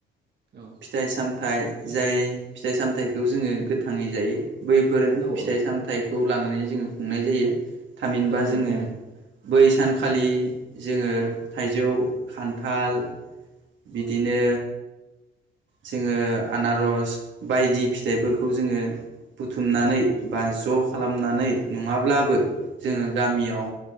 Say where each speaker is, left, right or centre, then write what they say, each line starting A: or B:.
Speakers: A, on the right; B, on the right.
A: औ
B: फिथाइ साम थाय जाय फिथाइ सामथायाइखौ जोङो गोथाङै जायो बैफोर
A: औ
B: फिथाइ
A: औ
B: सामथायाइखौ ला नानै जोङो खुंनाय जायो थामहिनबा
A: जेनेबा
B: जोङो बै सानखालि जोङो। थाइजौ खान्थाल बिदिनो जोङो आनारस बायदि फिथाइफोरखौ जोङो बुथुमनानै बा ज' खालामनानै नङाब्लाबो जोङो गामियाव